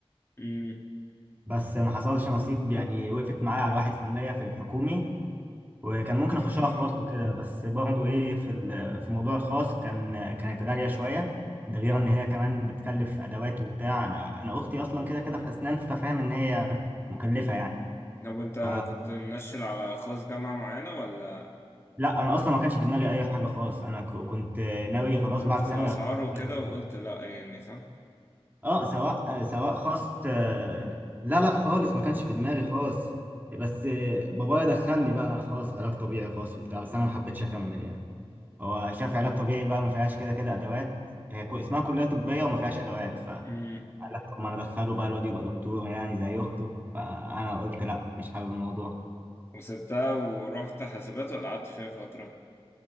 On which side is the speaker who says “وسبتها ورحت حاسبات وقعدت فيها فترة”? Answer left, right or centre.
Left